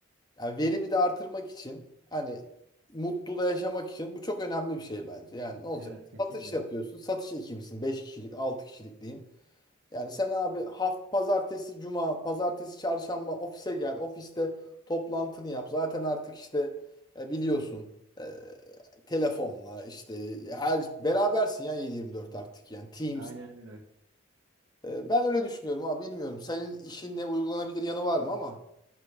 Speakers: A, on the left; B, on the right.
A: yani verimi de artırmak için hani mutlu da yaşamak için bu çok önemli bir şey bence. Yani ne olacak?
B: Evet kesinlikle.
A: Satış yapıyorsun. Satış ekibisin. beş kişilik 6 kişilik diyeyim. Yani sen abi haft pazartesi cuma, pazartesi çarşamba ofise gel. Ofiste toplantını yap. Zaten artık işte e, biliyorsun e, telefonla işte her berabersin ya 7/24 artık yani Teams.
B: Aynen öyle.
A: E, ben öyle düşünüyorum abi bilmiyorum. Senin işinle uygulanabilir yanı var mı ama?